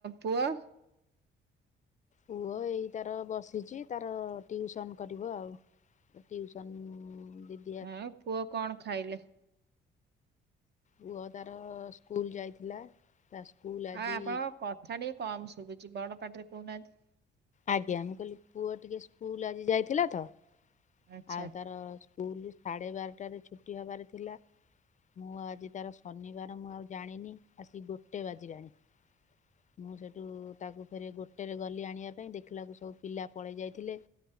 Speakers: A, on the right; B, on the left.
A: ପୁଅ?
B: ପୁଅ ଏଇ ତାର ବସିଚି ତାର ଟିଉସନ କରିବ ଆଉ। ଏ ଟିଉସନ ଦି
A: ଆଉ ପୁଅ କଣ ଖାଇଲେ?
B: ପୁଅ ତାର ସ୍କୁଲ ଯାଇଥିଲା। ତା ସ୍କୁଲ। ଆଜି
A: ଆଉ ଆପଣଙ୍କ କଥା ଟିକେ କମ୍ ଶୁବୁଚି ବଡ ପାଟିରେ କୋହୁନାହାନ୍ତି।
B: ଆଜ୍ଞା ମୁଁ କହିଲି ପୁଅ ଟିକେ ସ୍କୁଲ ଆଜି ଯାଇଥିଲା ତ।
A: ଆଚ୍ଛା
B: ଆଉ ତାର ସ୍କୁଲ ସାଢେ ବାରଟାରେ ଛୁଟି ହବାର ଥିଲା। ମୁଁ ଆଜି ତାର ଶନିବାର ମୁଁ ଆଉ ଜାଣିନି ଆସିକି ଗୋଟେ ବାଜିଲାଣି।
A: <inaudible>
B: ମୁଁ ସେଇଠୁ ତାକୁ ଫେରେ ଗୋଟେରେ ଗଲି ଆଣିବା ପାଇଁ ଦେଖିଲାକୁ ସବୁ ପିଲା ପଳେଇ ଯାଇଥିଲେ।